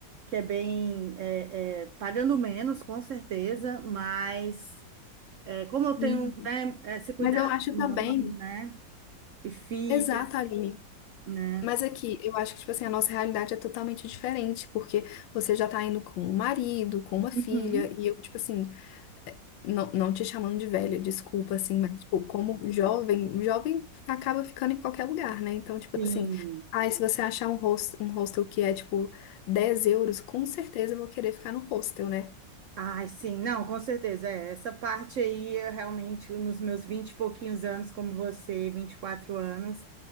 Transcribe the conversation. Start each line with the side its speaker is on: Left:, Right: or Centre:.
Right: que é bem, é, é, pagando menos, com certeza, mas é, como eu tenho,
Left: Uhum.
Right: né, esse cuidado
Left: Mas eu acho
Right: com
Left: também.
Right: mãe, né, e filha,
Left: Exato, Aline.
Right: né,
Left: Mas aqui, eu acho que, tipo assim, a nossa realidade é totalmente diferente, porque você já tá indo com um marido, com uma filha,
Right: Uhum.
Left: e eu, tipo assim, Não, não te chamando de velha, desculpa, assim, mas, tipo, como jovem, jovem acaba ficando em qualquer lugar, né? Então, tipo
Right: sim,
Left: assim, ai, se você achar um hostel, um hostel que é, tipo, 10 euros, com certeza eu vou querer ficar no hostel, né?
Right: Ai, sim, não, com certeza. É, essa parte aí, eu realmente, nos meus vinte e pouquinhos anos, como você, 24 anos,